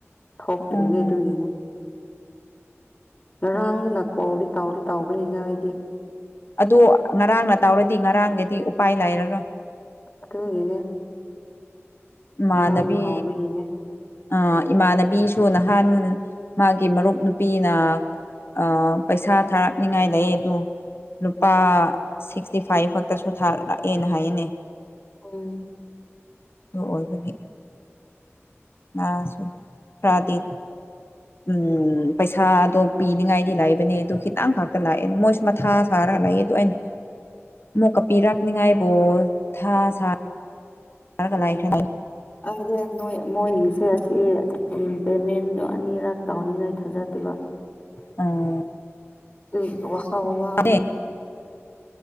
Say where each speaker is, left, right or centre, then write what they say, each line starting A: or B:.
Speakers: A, on the left; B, on the left.
A: ꯊꯣꯛꯇ꯭ꯔꯤꯌꯦ
B: ꯎꯝ
A: ꯑꯗꯨꯏꯅꯦ ꯉꯔꯥꯡꯗꯨꯅ ꯀꯣꯜꯗꯤ ꯇꯧꯗꯤ ꯇꯧꯕꯅꯤꯅ ꯑꯩꯗꯤ
B: ꯑꯗꯨ ꯉꯔꯥꯡꯅ ꯇꯧꯔꯗꯤ ꯉꯔꯥꯡꯒꯗꯤ ꯎꯄꯥꯏ ꯂꯩꯔꯔꯣꯏ
A: ꯑꯗꯨꯒꯤꯅꯦ
B: ꯏꯃꯥꯟꯅꯕꯤ
A: ꯉꯔꯥꯡꯅ ꯍꯥꯎꯕꯒꯤꯅꯦ
B: ꯑꯥ ꯏꯃꯥꯟꯅꯕꯤꯁꯨ ꯅꯍꯥꯟ ꯃꯥꯒꯤ ꯃꯔꯨꯞ ꯅꯨꯄꯤꯅ ꯑꯥ ꯄꯩꯁꯥ ꯊꯥꯔꯛꯅꯤꯉꯥꯏ ꯂꯩꯌꯦ ꯑꯗꯨ ꯂꯨꯄꯥ ꯁꯤꯛꯁꯇꯤ ꯐꯥꯏꯚ ꯈꯛꯇꯁꯨ ꯊꯔꯥꯛ ꯂꯥꯛꯑꯦꯅꯦ ꯍꯥꯏꯅꯦ
A: ꯎꯝ
B: ꯑꯗꯨ ꯑꯣꯏꯕꯒꯤ ꯑꯥ ꯈ꯭ꯔꯥꯗꯤ ꯎꯝ ꯄꯩꯁꯥꯗꯣ ꯄꯤꯅꯤꯡꯉꯥꯏꯗꯤ ꯂꯩꯕꯅꯦ ꯑꯗꯨ ꯈꯤꯇꯪ ꯈꯥꯛꯇꯪ ꯂꯥꯛꯑꯦꯅ ꯃꯣꯏꯁꯨ ꯃꯊꯥ ꯁꯥꯔꯒ ꯂꯩꯌꯦ ꯑꯗꯨ ꯑꯩꯅ <inaudible> ꯑꯃꯨꯛꯀ ꯄꯤꯔꯛꯅꯤꯉꯥꯏꯕꯨ ꯊ ꯁꯥꯒ ꯂꯩꯈ꯭ꯔꯦ
A: ꯑꯩꯗꯤ ꯅꯣꯏ ꯃꯣꯏꯒꯤꯁꯦ ꯑꯁꯤ ꯄꯦꯃꯦꯟꯗꯣ ꯑꯅꯤꯔꯛ ꯇꯧꯅꯤꯡꯉꯥꯏ ꯊꯥꯖꯗꯕ
B: ꯑꯣ
A: ꯑꯩꯒꯤ ꯋꯥꯈꯜ ꯋꯥꯕꯅꯦ
B: ꯎꯝꯅꯦ